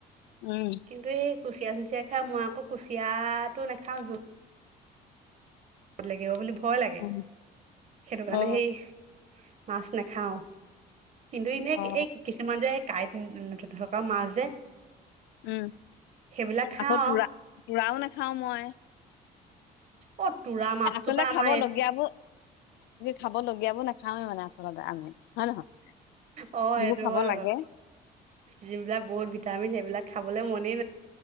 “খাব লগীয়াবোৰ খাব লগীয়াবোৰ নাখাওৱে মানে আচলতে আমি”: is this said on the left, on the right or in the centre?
Left